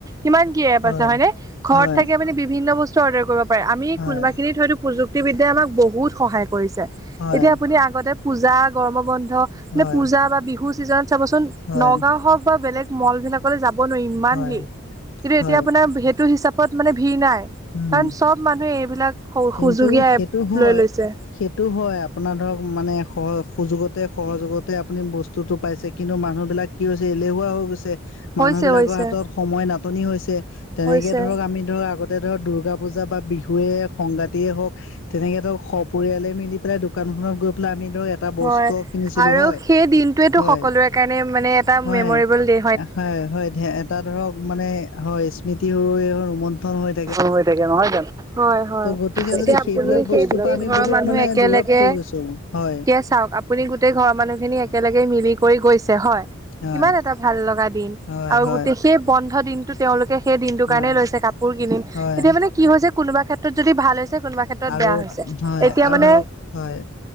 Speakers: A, on the right; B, on the left.
A: কিমান কি এপ
B: হয়
A: আছে হয়নে ঘৰত
B: হয়
A: থাকি আপুনি বিভিন্ন বস্তু অডাৰ কৰিব পাৰে। আমি
B: হয়
A: কোনোবা এখিনিত হয়তো প্ৰযুক্তিবিদ্যাই আমাক বহুত সহায় কৰিছে
B: হয়
A: এতিয়া আপুনি আগতে পূজা গৰমৰ বন্ধ মানে
B: হয়
A: পূজা বা বিহু ছিজনত চাবচোন
B: হয়
A: নগাঁও হওক বা বেলেগ মল বিলাকলৈ যাব নোৱাৰি ইমান
B: হয়
A: ভিৰ কিন্তু
B: হয়
A: এতিয়া আপোনাৰ সেইটো হিচাপ ত মানে ভিৰ নাই
B: উম
A: কাৰণ চব মানুহে এইবিলাক সহ
B: কিন্তু
A: সুযোগীয়া
B: সেইটো
A: এপ
B: হয়
A: লৈ লৈছে।
B: সেইটো হয় আপোনাৰ ধৰক মানে সহ সুযোগতে সহযোগতে আপুনি বস্তুতটো পাইছে কিন্তু মানুহ বিলাক কি হৈছে এলেহুৱা হৈ গৈছে।
A: হৈছে
B: মানুহ বিলাকৰ
A: হৈছে
B: হাতত সময় নাটনি হৈছে তেনেকে
A: হৈছে
B: ধৰক আমি ধৰক আগতে এতিয়া ধৰক দুৰ্গা পূজা বা বিহুৱে সংগাতিয়ে হওক তেনেকে ধৰক সপৰিয়ালে মিলি পেলাই দোকানখনত গৈ পেলাই আমি ধৰক এটা বস্ত্ৰ
A: হয়
B: কিনিছিলো
A: আৰু
B: হয়
A: সেই দিনটোৱেটো
B: হয়
A: সকলোৰে কাৰণে মানে এটা
B: হয়
A: মেমৰেবল দে।
B: হয় হয় এটা ধৰক মানে হয় স্মৃতি ৰৈ আৰু ৰুমন্থন হয়।
A: হৈ থাকে নহয় জানো। অ
B: গতিকে
A: এতিয়া
B: যদি সেইবিলাক
A: আপুনি সেই গোটেই
B: বস্তুৰ পৰা আমি
A: ঘৰৰ
B: বহুত
A: মানুহে
B: মানে
A: একেলগে
B: দূৰত হৈ গৈছো হয়
A: এতিয়া চাওক আপুনি গোটেই ঘৰৰ মানুহখিনি একেলগে মিলি কৰি গৈছে হয়।
B: হয়
A: কিমান এটা ভাল লগা দিন
B: হয়
A: আৰু
B: হয়
A: গোটেই সেই বন্ধ দিনটো তেওঁলোকে সেই দিনটো
B: হয়
A: কাৰণেই লৈছে কাপোৰ কিনিম
B: হয়
A: এতিয়া মানে কি হৈছে কোনোবা ক্ষেত্ৰত যদি ভাল হৈছে কোনোবা ক্ষেত্ৰত
B: আৰু
A: বেয়া।
B: হয়
A: হৈছে। এতিয়া
B: আৰু
A: মানে
B: ধৰক হয়।